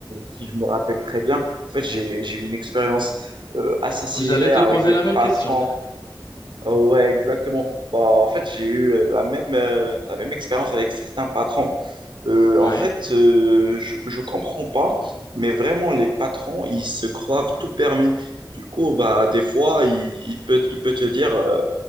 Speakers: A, on the right; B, on the left.
A: si je me rappelle très bien, en fait, j'ai j'ai eu une expérience euh, assez similaire
B: j'allais te poser
A: avec des
B: la même
A: patrons
B: question.
A: Ouais, exactement. Bah, en fait, j'ai eu euh, la même, euh, la même expérience avec certains patrons. Euh,
B: Oui,
A: en fait, euh, je ne comprends pas, mais vraiment, les patrons, ils se croient tout permis. Du coup, bah, des fois, il, il peut, il peut te dire, euh,